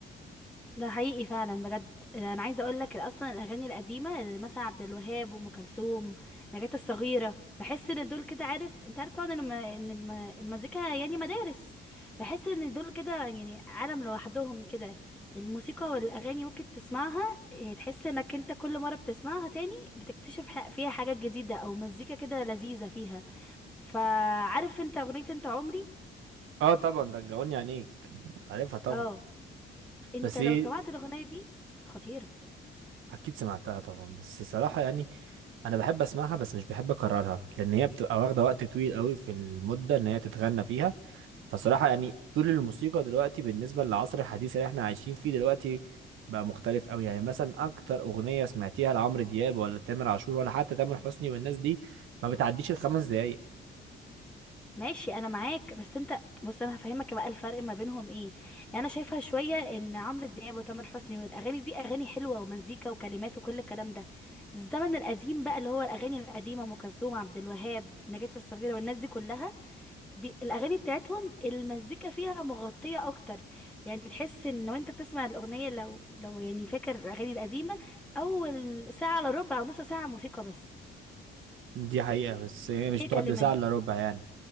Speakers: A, in the centre; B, on the right (about 80°).
A: ده حقيقي فعلا بجد انا عايزه اقول لك اصلا الاغاني القديمه اللي مثلا عبد الوهاب وام كلثوم نجاة الصغيره بحس ان دول كده عارف انت عارف طبعا ان الم... ان الم... المزيكا يعني مدارس بحس ان دول كده يعني عالم لوحدهم كده الموسيقى والاغاني ممكن تسمعها إيه، تحس انك انت كل مره بتسمعها تاني بتكتشف ح- فيها حاجات جديده او مزيكا كده لذيذه فيها فعارف انت اغنيه انت عمري
B: اه طبعا رجعوني عينيك عارفها طبعا
A: اه انت
B: بس
A: لو
B: ايه
A: سمعت الاغنيه دي خطيره
B: اكيد سمعتها طبعا بس صراحه يعني انا بحب اسمعها بس مش بحب اكررها لان هي بتبقى واخده وقت طويل قوي في المده ان هي تتغنى فيها فصراحة يعني طول الموسيقى دلوقتي بالنسبة للعصر الحديث اللي احنا عايشين فيه دلوقتي بقى مختلف قوي يعني مثلا اكتر اغنية سمعتيها لعمرو دياب ولا تامر عاشور ولا حتى تامر حسني والناس دي ما بتعديش الخمس دقايق
A: ماشي انا معاك بس انت بص انا هفهمك بقى الفرق ما بينهم ايه يعني انا شايفه شويه ان عمرو دياب وتامر حسني والاغاني دي اغاني حلوه ومزيكا وكلمات وكل الكلام ده الزمن القديم بقى اللي هو الاغاني القديمه ام كلثوم عبد الوهاب نجاة الصغيره والناس دي كلها بي... الاغاني بتاعتهم المزيكا فيها مغطيه اكتر يعني تحس ان وانت بتسمع الاغنيه لو لو يعني فاكر الاغاني القديمه اول ساعه الا ربع او نص ساعه موسيقى بس
B: دي حقيقة بس هي مش
A: ايه
B: بتقعد
A: كلمات
B: لساعة الا ربع يعني